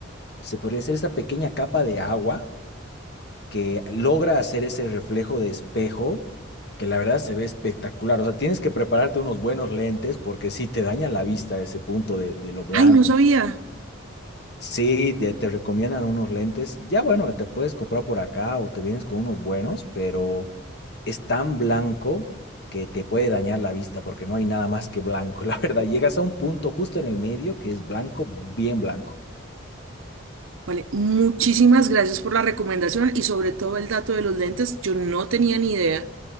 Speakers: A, on the left; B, on the right.
A: se podría hacer esa pequeña capa de agua que logra hacer ese reflejo de espejo, que la verdad se ve espectacular. O sea, tienes que prepararte unos buenos lentes porque sí te dañan la vista ese punto de, de lo blanco.
B: Ay, no sabía.
A: Y, sí, te, te recomiendan unos lentes. Ya bueno, te puedes comprar por acá o te vienes con unos buenos, pero es tan blanco que te puede dañar la vista porque no hay nada más que blanco. <laughs> La verdad, llegas a un punto justo en el medio que es blanco, bien blanco.
B: Vale, muchísimas gracias por la recomendación y sobre todo el dato de los lentes. Yo no tenía ni idea.